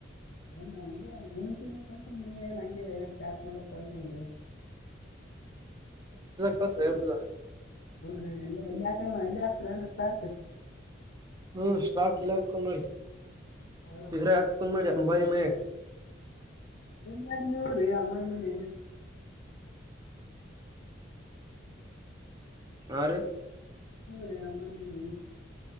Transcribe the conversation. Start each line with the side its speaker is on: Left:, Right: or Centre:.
Left: ಒ್ಣ ಹಗೆ ಗುಣತ ಕಳ್ಸಂದ್ರಿ ಏ ನಂಗೆ ಏನ್ ಪ್ಯಾಕ್ ಮಾಡಕ್ ಕಳ್ಸಂದ್ರಿ
Right: ಹಸ ರಬೂದಾ
Left: ಹ ಎಲ್ಲ ಎಲ್ಲಿ ಆತ ಎಲ್ಲ ಹತ್ರ್ರ ಸಾ ಸಾಕು
Right: ಹ್ಮ ಸ್ಟಾಕ್ ಇಲ್ಲ ಹಾಕೊಂಡ್ ಮಾಡಿ
Left: ಹೌದ್ರಿ
Right: ಇದ್ರೆ ಹಾಕಕೊಂಡ್ ಮಾಡಿ ಅಂಬಾನಿ ಮನಾಗ
Left: ಡ ನೀ ರೀ ಅಮ್ಮನಮ್ಮನ
Right: ಆ
Left: ರ ಅಂಬನ ಮ ನೀ